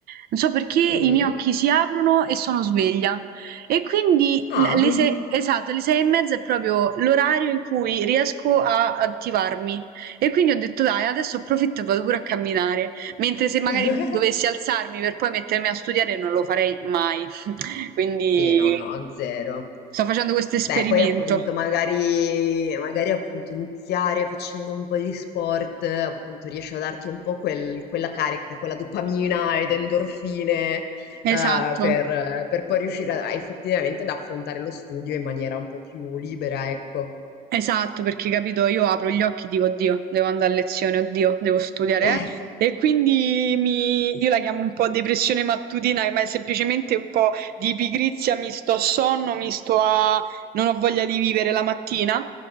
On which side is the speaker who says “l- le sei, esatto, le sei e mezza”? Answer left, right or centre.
Right